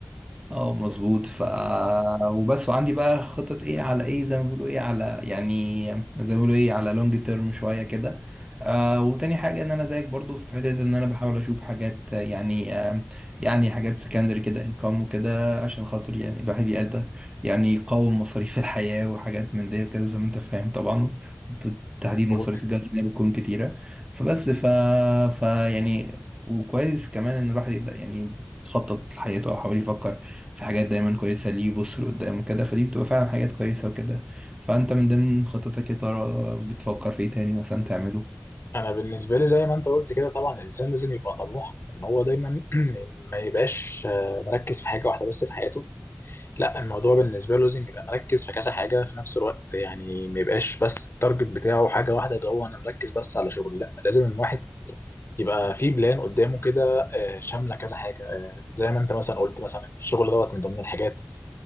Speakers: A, on the right; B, on the left.
A: اه مظبوط ف وبس وعندي بقى خطط ايه على ايه زي ما بيقولوا ايه على يعني زي ما بيقولوا ايه على لونج تيرم شويه كده آه وتاني حاجه ان انا زيك برضو في حته ان انا بحاول اشوف حاجات آه، يعني آه يعني حاجات سكندري كده انكم وكده عشان خاطر يعني الواحد يقدر يعني يقاوم مصاريف <laughs> الحياه وحاجات من دي وكده زي ما انت فاهم طبعا بالتحديد
B: مظبوط
A: مصاريف الجواز اللي بتكون كتيره فبس ف... ف يعني وكويس كمان ان الواحد يبدا يعني يخطط لحياته او حاول يفكر في حاجات دايما كويسة ليه يبص لقدام وكده فدي بتبقى فعلا حاجات كويسة وكده فأنت من ضمن خططك يا ترى بتفكر في إيه تاني مثلا تعمله
B: انا بالنسبه لي زي ما انت قلت كده طبعا الانسان لازم يبقى طموح ان هو دايما <clears throat> ما يبقاش آه، مركز في حاجه واحده بس في حياته لا الموضوع بالنسبة له لازم يبقى مركز في كذا حاجة في نفس الوقت يعني ما يبقاش بس التارجت بتاعه حاجة واحدة اللي هو أنا مركز بس على شغلي لا لازم الواحد يبقى في بلان قدامه كده آه، شاملة كذا حاجة آه، زي ما أنت مثلا قلت مثلا الشغل دوت من ضمن الحاجات